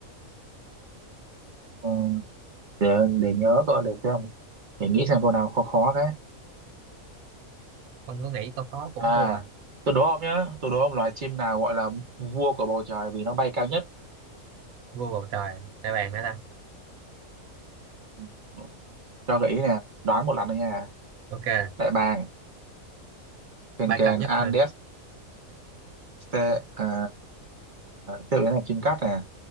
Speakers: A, on the right (about 50°); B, on the right (about 80°).
A: Ừ, để, để nhớ coi để xem để nghĩ xem câu nào khó khó cái
B: con có nghĩ câu khó cũng
A: à
B: thua
A: tôi đố ông nhá tôi đố ông loài chim nào gọi là vua của bầu trời vì nó bay cao nhất
B: vừa bầu trời đại bàng hả ta
A: Ừ, cho gợi ý nè đoán một lần thôi nha
B: ok
A: đại bàng kền
B: ba
A: kền
B: cao nhất
A: Andes
B: hả
A: Ste- à, tiếp đến là chim cát nè